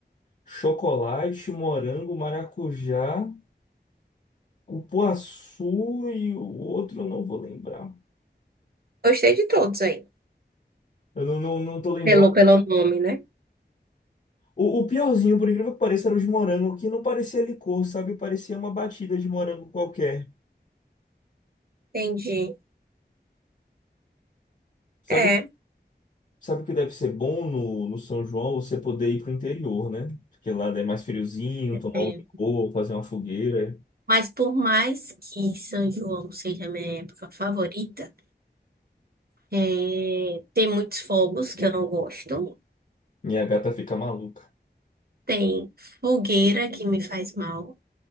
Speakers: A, on the left; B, on the right.
A: chocolate, morango, maracujá, cupuaçu e o outro eu não vou lembrar.
B: Gostei de todos aí.
A: Eu não, não, não tô lembrado.
B: Pelo, pelo nome, né?
A: O, o piorzinho, por incrível que pareça, era os morangos, que não parecia licor, sabe? Parecia uma batida de morango qualquer.
B: Entendi.
A: Sabe,
B: É.
A: sabe o que deve ser bom no, no São João? Você poder ir pro interior, né? Porque lá é mais friozinho, tomar
B: É,
A: um licor, fazer uma fogueira.
B: Mas por mais que São João seja minha época favorita, é, tem muitos fogos que eu não gosto.
A: Minha gata fica maluca.
B: Tem fogueira que me faz mal.